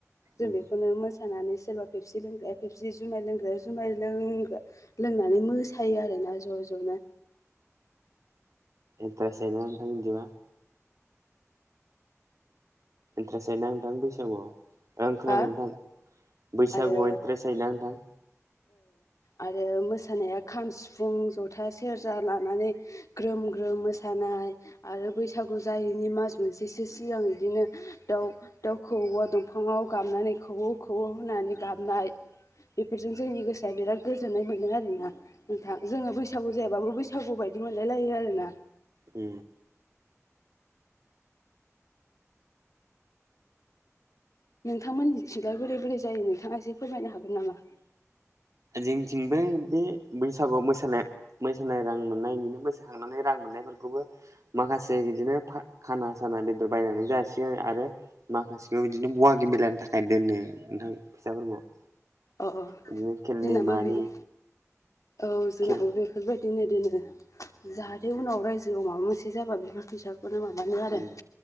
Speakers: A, on the left; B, on the right.
A: जों
B: उम
A: बेखौनो मोसानानै सोरबा फेबसि लोंग्राया फेबसि जुमाय लोंग्राया जुमाय लों लोंनानै मोसायो आरोोना ज' ज'नो
B: एनथारेस जायोना बिदिब्ला थाय इन्टारेस्ट जायोना नोंथां बैसागुआव ओं खोनादों
A: हा
B: नोंथां बैसागुआव
A: आरो
B: इन्ट्रेस्ट जायोना नोंथां
A: आरो मोसानाया खाम, सिफुं, जथा, सेरजा लानानै ग्रोम -ग्रोम मोसानाय आरो बैसागु जायैनि मास मोनसेसो सिगां बिदिनो दाउ- दाउ खौवआव दंफाङाव बानानै खौवौ खौवौ होनानै गाबनाय बेफोरजों जोंनि गोसोआ बिराद गोजोननाय मोनो आरोना नोंथ जों बैसो बैसागु जायाबाबो बैसागु बायदि मोनलाय लायो आरोना।
B: उ
A: नोंथांमोननि थिंजाय बोरै बोरै जायो नोंथाङा एसे फोरमायनो हागोन नामा?
B: जोंनिथिंबो बे बैसागु मोसाानाय मोसानाय रां मोननायनायनिनो मोसाखांनानै रां मोननायफोरखौबो माखासे बिदिनो खाना साना बेदर बायनानै जासिगोन आरो माखासेखौ इदिनो बहागि मेलानि थाखाय दोनो नोंथां फैसाफोरखौ
A: अ अ
B: बिदिनो खेलनि
A: जोंनाबा
B: मानि
A: बिदि औ
B: खेल
A: जोंबेफोरबायदिनो दोनो जाहाथे बेनि उनाव रायजोआव माबा मोनसे जाबा बिफोर फैसाखौनो माबायो आरो
B: उम